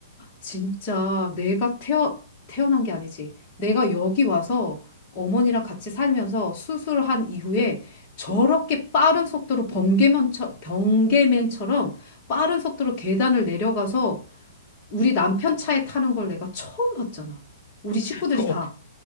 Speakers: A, on the left (about 20°); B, on the left (about 45°).
A: 진짜 내가 태어, 태어난 게 아니지. 내가 여기 와서 어머니랑 같이 살면서 수술한 이후에 저렇게 빠른 속도로 번개맨처, 번개맨처럼 빠른 속도로 계단을 내려가서 우리 남편 차에 타는 걸 내가 처음 봤잖아. 우리 식구들이
B: 그, 어,
A: 다.
B: 그,